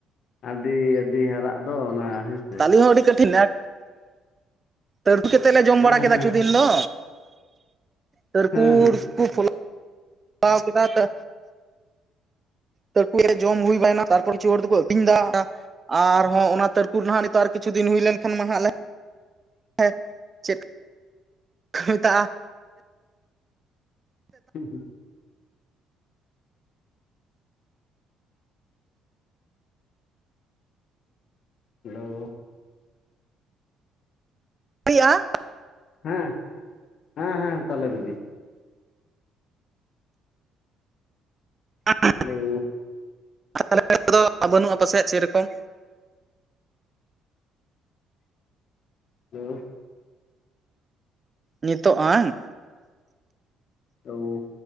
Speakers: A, on the left; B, on the right.
A: ᱟᱹᱰᱤ ᱟᱹᱰᱤ ᱦᱟᱨᱟᱜ ᱫᱚ ᱚᱱᱟ ᱦᱮᱸ ᱥᱮ᱾
B: ᱟᱞᱮ ᱦᱚᱸ ᱟᱹᱰᱤ ᱠᱟᱴᱷᱤᱱ ᱛᱟᱹᱨᱠᱩ ᱠᱟᱛᱮᱫ ᱞᱮ ᱡᱚᱢ
A: ᱦᱮᱸ
B: ᱵᱟᱲᱟ ᱠᱮᱫᱟ
A: ᱦᱮᱸ
B: ᱠᱤᱪᱷᱩ ᱫᱤᱱ ᱫᱚ᱾ ᱛᱟᱹᱨᱠᱩᱲ
A: ᱦᱮᱸ ᱦᱮᱸ
B: ᱠᱚ ᱯᱷᱚᱞᱟᱣ ᱠᱮᱫᱟ ᱛᱚ ᱛᱟᱹᱲᱠᱩ ᱡᱚᱢ ᱦᱩᱭ ᱵᱟᱲᱟᱭᱱᱟ ᱛᱟᱨᱯᱚᱨ ᱠᱤᱪᱷᱩ ᱦᱚᱲ ᱫᱚᱠᱚ ᱟᱹᱛᱤᱧᱫᱟ ᱟᱨᱦᱚᱸ ᱚᱱᱟ ᱛᱟᱹᱨᱠᱩᱨ ᱱᱟᱦᱟᱜ ᱱᱤᱛᱚᱜ ᱟᱨ ᱠᱤᱪᱷᱩ ᱫᱤᱱ ᱦᱩᱭ ᱞᱮᱱᱠᱷᱟᱱ ᱢᱟ ᱦᱟᱸᱜ ᱞᱮ ᱦᱮᱸ ᱪᱮᱫ ᱠᱚ ᱢᱮᱛᱟᱜᱼᱟ
A: ᱦᱩᱸ ᱦᱩᱸ ᱦᱮᱞᱳᱻ
B: ᱟᱭᱟ
A: ᱦᱮᱸ, ᱦᱮᱸ ᱦᱮᱸ ᱛᱟᱦᱚᱞᱮ ᱵᱤᱞᱤ᱾
B: ᱟᱸᱻ
A: ᱦᱮᱞᱳ
B: ᱛᱟᱞᱮ ᱫᱚ ᱵᱟᱹᱱᱩᱜᱼᱟ ᱯᱟᱥᱮᱡ ᱥᱮ ᱨᱚᱠᱚᱢ
A: ᱦᱮᱞᱳ
B: ᱱᱤᱛᱚᱜ ᱵᱟᱝ?
A: ᱦᱮᱞᱳ